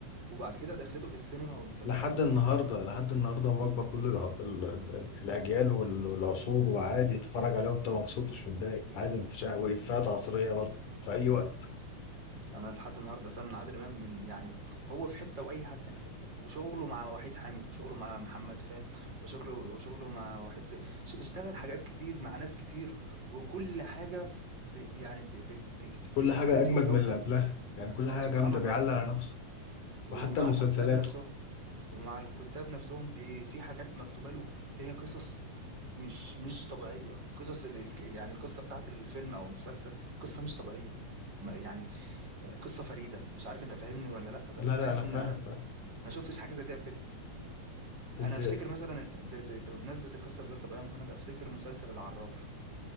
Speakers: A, on the right; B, on the left.
A: وبعد كده دخلته في السينما والمسلسلات
B: لحد
A: والافلام
B: النهاردة لحد النهاردة مواكبة كل الع- ال- ال- الأجيال وال- والعصور وعادي تتفرج عليها وأنت مبسوط مش متضايق عادي مفيش حاجة وإفيهات عصرية برضه في أي وقت
A: انا لحد النهارده فعلا عادل امام من يعني هو في حته واي حد تاني في حته وشغله مع وحيد حامد وشغله مع محمد خان وشغله وشغله مع وحيد سي ش- اشتغل حاجات كتير مع ناس كتير وكل حاجه ب ب- يعني ب- ب- ب-
B: كل
A: بكواليتي
B: حاجة أجمد
A: وجوده
B: من اللي قبلها يعني كل حاجة
A: سبحان
B: جامدة
A: الله
B: بيعلق على نفسه
A: ومع
B: وحتى مسلسلاته
A: الكتاب نفسهم ومع الكتاب نفسهم بي- في حاجات مكتوبه له هي قصص مش مش طبيعيه قصص ال- ال- يعني القصه بتاعت الفيلم او المسلسل قصه مش طبيعيه ما- يعني قصة فريدة مش عارف انت فاهمني ولا لأ بس
B: لا
A: بحس
B: لا انا فاهم
A: ان انا
B: فاهم
A: ما شفتش حاجة زي دي قبل كده
B: اللي
A: انا افتكر مثلا ب... ب... بمناسبة القصة الغير طبيعية يا مهند افتكر مسلسل العراف